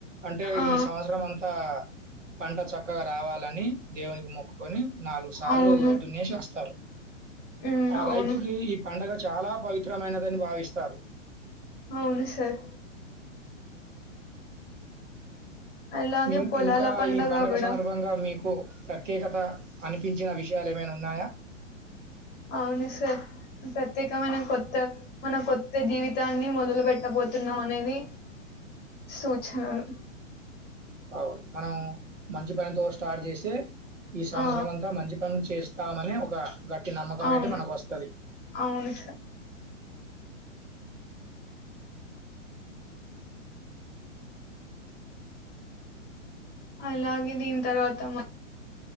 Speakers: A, on the right; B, on the left.
A: అంటే
B: ఆ
A: ఈ సంవత్సరం అంతా పంట చక్కగా రావాలని దేవునికి మొక్ కొని నాలుగు సార్లు
B: అవును
A: దున్నేసి వస్తారు
B: ఉమ్,
A: ఆ
B: అవును
A: రైతుకి ఈ పండగ చాలా పవిత్రమైనదని భావిస్తారు
B: అవును సార్ అలాగే
A: మీ
B: పొలాల
A: ఇంకా
B: పండగ
A: ఈ పండుగ
B: కూడా
A: సందర్భంగా మీకు ప్రత్యేకత అనిపించిన విషయాలు ఏమైనా ఉన్నాయా
B: అవును సార్ ప్రత్యేకమైన కొత్త మన కొత్త జీవిత తాన్ని మొదలు బెట్టబోతున్నాం అనేది సూచనలు
A: అవును మనం మంచి పనితో స్టార్ట్ జేసి ఈ సంవత్సరం
B: ఆ
A: అంతా మంచి పనులు చేస్తామనే ఒక గట్టి నమ్మకం
B: అవును
A: అయితే మనకు వస్తది
B: అవును అలాగే దీని తర్వాత మ